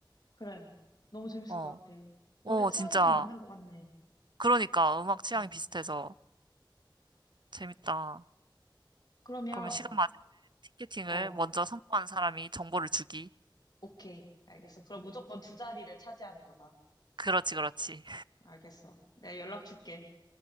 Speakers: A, on the left; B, on the right.
A: 그래. 너무 재밌을
B: 어,
A: 것 같아.
B: 어,
A: 노래 취향이
B: 진짜.
A: 좀 맞는 것 같네.
B: 그러니까 음악 취향이
A: 음.
B: 비슷해서 재밌다.
A: 그러면,
B: 그러면 시간 맞을 때 티켓팅을
A: 어,
B: 먼저 성공한 사람이 정보를 주기.
A: 오케이. 알겠어. 그럼 무조건 두 자리를 차지하는 거다.
B: 그렇지, 그렇지.
A: 알겠어. 내가 연락 줄게.